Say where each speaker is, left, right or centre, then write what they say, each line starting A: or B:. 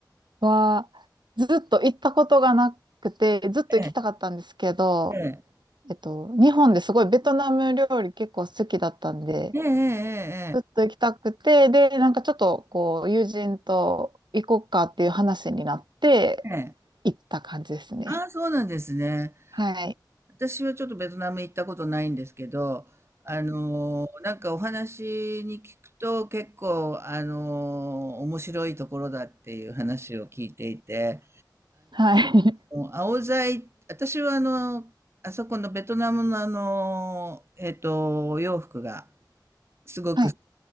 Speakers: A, on the right; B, on the right.
A: は、ずっと行ったことがなくて、ずっと行きたかったんですけど、
B: ええ、ええ、
A: えっと、日本ですごいベトナム料理結構好きだったんで、
B: ええ、ええ、
A: ずっと行きたくて、で、なんかちょっとこう、友人と行こうかっていう話になって、
B: ええ、ええ。
A: 行った感じですね。
B: ああ、そうなんですね。
A: はい。
B: 私はちょっとベトナム行ったことないんですけど、あの、なんかお話に聞くと結構、あの、面白いところだっていう話を聞いていて、
A: はい。<laughs>
B: もう青材、私はあの、あそこのベトナムのあの、えっと、お洋服がすごく
A: はい。